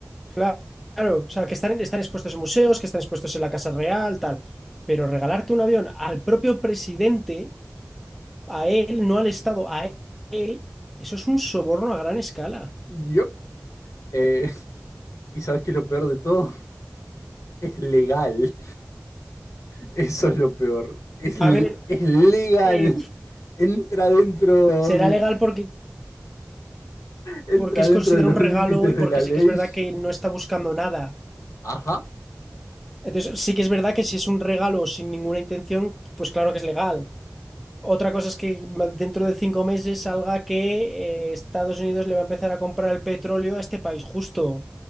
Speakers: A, in the centre; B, on the left.
A: claro, claro, o sea, que están, están expuestos en museos, que están expuestos en la Casa Real, tal. Pero regalarte un avión al propio presidente, a él, no al Estado, a él, eso es un soborno a gran escala.
B: Yup. Eh, y sabes que lo peor de todo es legal. Eso es lo peor. Es,
A: A ver,
B: es legal.
A: eh,
B: Entra dentro
A: será
B: de,
A: legal porque,
B: entra
A: porque es
B: dentro
A: considerado
B: de los
A: un
B: límites
A: regalo y
B: de
A: porque
B: la ley.
A: sí que es verdad que no está buscando nada,
B: Ajá.
A: Entonces, sí que es verdad que si es un regalo sin ninguna intención, pues claro que es legal. Otra cosa es que dentro de cinco meses salga que eh, Estados Unidos le va a empezar a comprar el petróleo a este país, justo.